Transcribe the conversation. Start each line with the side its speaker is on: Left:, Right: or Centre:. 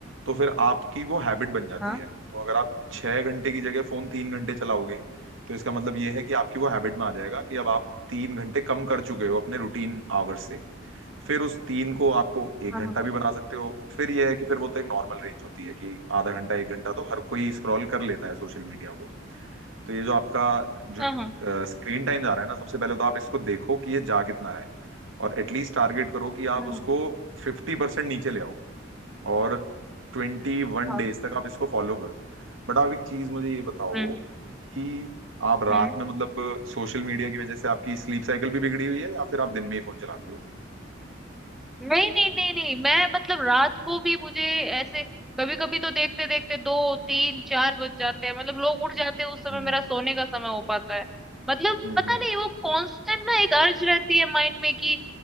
Right: तो फिर आपकी वो हैबिट बन जाती
Centre: हाँ
Right: है तो अगर आप छह घंटे की जगह फोन तीन घंटे चलाओगे तो इसका मतलब ये है कि आपकी वो हैबिट में आ जाएगा कि अब आप तीन घंटे कम कर चुके हो अपने रूटीन आवर्स से फिर उस तीन को आपको एक
Centre: हाँ
Right: घंटा भी बना सकते हो फिर यह है कि फिर वो तो एक नॉर्मल रेंज होती है कि आधा घंटा एक घंटा तो हर कोई स्क्रॉल कर लेता है सोशल मीडिया को तो ये जो आपका जो
Centre: हाँ हाँ
Right: स्क्रीन टाइम जा रहा है ना सबसे पहले तो आप इसको देखो कि ये जा कितना रहा है और एटलीस्ट टारगेट करो कि आप
Centre: हाँ,
Right: उसको फिफ्टी परसेंट नीचे ले आओ और ट्वेंटी वन
Centre: हाँ,
Right: डेज तक आप इसको फॉलो करो बट आप एक चीज मुझे ये बताओ
Centre: हम्म
Right: कि आप रात
Centre: हम्म
Right: में मतलब सोशल मीडिया की वजह से आपकी स्लीप साइकिल भी बिगड़ी हुई है या फिर आप दिन में ही फोन चलाते हो
Centre: नहीं नहीं नहीं नहीं मैं मतलब रात को भी मुझे ऐसे कभी कभी तो देखते देखते दो तीन चार बज जाते हैं मतलब लोग उठ जाते हैं उस समय
Right: हम्म
Centre: मेरा सोने का समय हो पाता है मतलब
Right: हम्म हम्म
Centre: पता
Right: हम्म,
Centre: नहीं वो कांस्टेंट ना एक अर्ज रहती है माइंड में कि